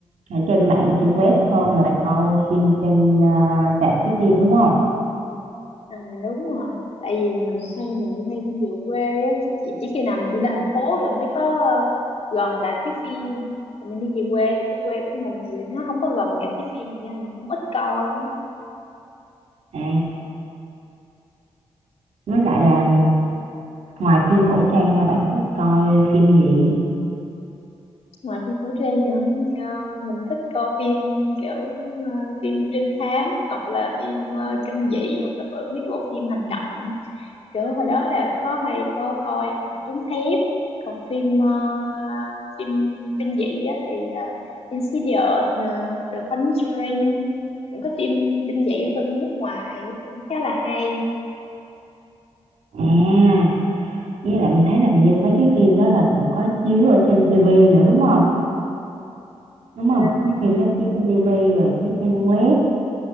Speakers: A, on the right; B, on the left.
A: ở trên mạng trên web hơn là coi phim trên à, rạp chiếu phim đúng không
B: Ờ, đúng rồi tại vì mình hay mình đi hay đi về quê á chỉ, chỉ khi nào mình đi lên thành phố là mới có ờ, gần rạp chiếu phim còn mình đi về quê thì cái quê của mình thì nó không có gần rạp chiếu phim thành ra là mình cũng ít coi
A: à với lại là ừ, ngoài phim cổ trang ra bạn thích coi phim gì
B: ngoài phim cổ trang nữa ờ, mình thích coi phim kiểu ờ, phim trinh thám hoặc là phim ờ, kinh dị hoặc là bộ- mấy cái bộ phim hành động kiểu hồi đó là có hay có coi bằng chứng thép còn phim ờ, phim kinh dị á, thì ờ, Insidious uh, The Conjuring những cái phim kinh dị ở bên nước ngoài á, cũng khá là hay
A: à với lại mình thấy là như mấy cái phim đó là cũng có chiếu ở trên tivi nữa đúng không đúng không
B: Ờ,
A: mấy phim đó chiếu trên tivi rồi chiếu trên web